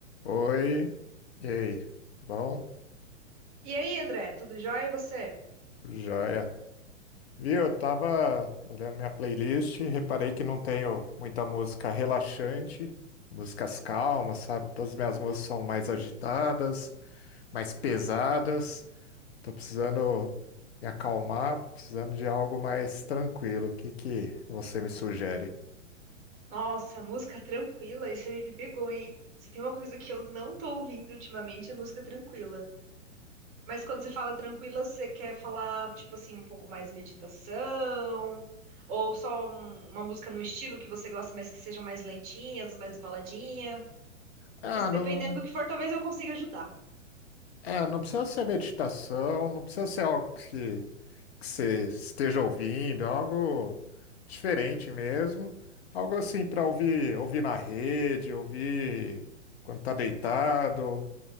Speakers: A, on the left; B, on the right.
A: Oi, e aí? Bom,
B: E aí, André, tudo jóia? E você?
A: joia. Viu, eu tava olhando minha playlist, reparei que não tenho muita música relaxante, músicas calmas, sabe? Todas as minhas músicas são mais agitadas, mais pesadas. Tô precisando me acalmar, precisando de algo mais tranquilo. O que que você me sugere?
B: Nossa, música tranquila, isso me pegou, hein? Se tem uma coisa que eu não tô ouvindo ultimamente é música tranquila. Mas quando você fala tranquila, você quer falar, tipo assim, um pouco mais meditação? Ou só um- uma música no estilo que você gosta, mas que sejam mais lentinhas, mais baladinha?
A: Ah,
B: Porque dependendo
A: não,
B: do que for, talvez eu consiga ajudar.
A: é, não precisa ser meditação, não precisa ser algo que que você esteja ouvindo, algo diferente mesmo, algo assim para ouvir, ouvir na rede, ouvir quando tá deitado,